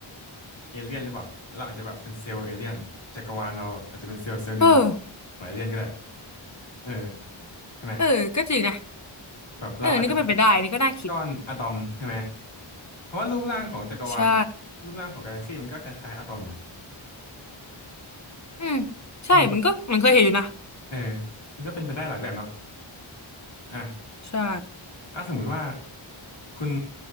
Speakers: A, on the left; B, on the left.
A: เอเลี่ยนหรือเปล่าเราอาจจะแบบเป็นเซลล์เอเลี่ยนจักรวาลเราแบบอาจจะเป็นเซลล์เซลล์หนึ่ง
B: เออ
A: ของเอเลี่ยนก็ได้เออใช่ไหม
B: เออก็จริงนะ
A: แบบเราอาจจะเป็น
B: เออนี่ก็เป็นไปได้นี่ก็น่าคิด
A: ก้อนอะตอมใช่ไหมเพราะว่ารูปร่างของจักรวาลเนี่ยรูปร่างของกาแล็กซี่มันก็คล้ายๆอะตอมอยู่
B: ใช่อืมใช่มันก็มันเคยเห็นอยู่นะ
A: อืมเออมันก็เป็นไปได้หลายแบบเนาะอ่ะ
B: ใช่
A: ถ้าสมมุติว่าคุณ